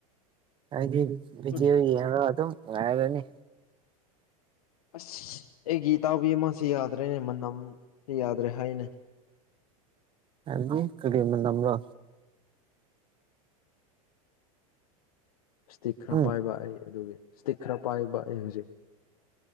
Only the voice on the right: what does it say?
ꯑꯩꯗꯤ ꯕꯤꯗꯤꯌꯣ
ꯌꯦꯡꯉꯥꯒ ꯑꯗꯨ ꯉꯥꯏꯔꯥꯅꯤ
ꯍꯥꯏꯕꯗꯤ ꯀꯔꯤ ꯃꯥꯅꯝꯔꯥ
ꯎꯝ